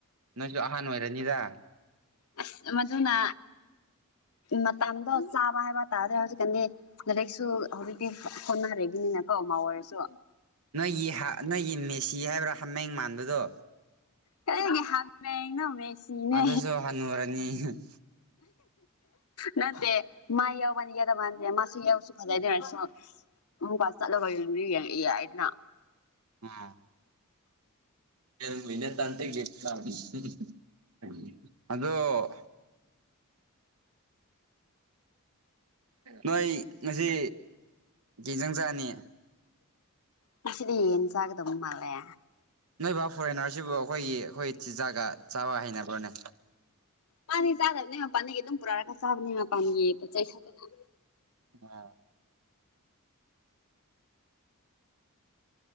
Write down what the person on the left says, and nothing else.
ꯑꯁ ꯃꯗꯨꯅ ꯃꯇꯝꯗꯣ ꯆꯥꯕ ꯍꯥꯏꯕ ꯇꯥꯔꯦ ꯍꯧꯖꯤꯛꯀꯥꯟꯗꯤ ꯀꯣꯂꯦꯖꯁꯨ ꯍꯧꯖꯤꯛꯇꯤ ꯍꯣꯠ ꯍꯣꯠꯅꯔꯤꯕꯅꯤꯅꯀꯣ ꯃꯧ ꯑꯣꯏꯔꯁꯨ
ꯀꯗꯥꯏꯗꯒꯤ ꯍꯥꯃꯦꯡꯅꯣ ꯃꯦꯁꯤꯅꯦ
ꯅꯠꯇꯦ ꯃꯥ ꯌꯥꯎꯕꯅꯤ ꯌꯥꯗꯕꯥꯗ ꯃꯥꯁꯨ ꯌꯥꯎꯁꯨ ꯐꯖꯥꯏꯗꯔꯁꯨ ꯑꯃꯨꯛꯀ ꯆꯠꯔꯒ ꯌꯦꯡꯕꯗꯤ ꯌꯥꯏꯗꯅ
ꯉꯁꯤꯗꯤ ꯌꯦꯟ ꯆꯥꯒꯗꯕ ꯃꯥꯜꯂꯦ
ꯃꯥꯥꯗꯤ ꯆꯥꯗꯕꯅꯦ ꯃꯄꯥꯟꯒꯤ ꯑꯗꯨꯝ ꯄꯨꯔꯛꯔꯒ ꯆꯥꯕꯅꯦ ꯃꯄꯥꯟꯒꯤ ꯄꯣꯠ ꯆꯩ <unintelligible>